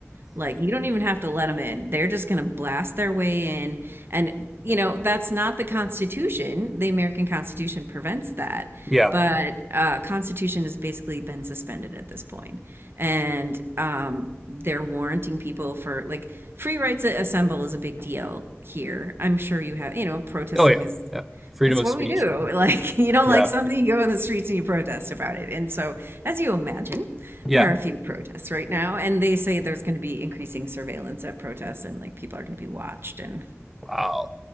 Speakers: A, on the right (about 55°); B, in the centre.
A: Like you don't even have to let them in. They're just going to blast their way in and you know, that's not the Constitution. The American Constitution prevents that.
B: Yeah.
A: But uh Constitution has basically been suspended at this point. And um they're warranting people for like free rights to assemble is a big deal here. I'm sure you have, you know, protesting
B: Oh, yeah.
A: is
B: Yeah. Freedom
A: that's
B: of
A: what
B: speech,
A: we do.
B: whatnot.
A: Like, <laughs> you don't
B: Yeah.
A: like something, you go on the streets and you protest about it. And so, as you imagine,
B: Yeah.
A: there are a few protests right now, and they say there's going to be increasing surveillance at protests and like people are going to be watched. And
B: Wow.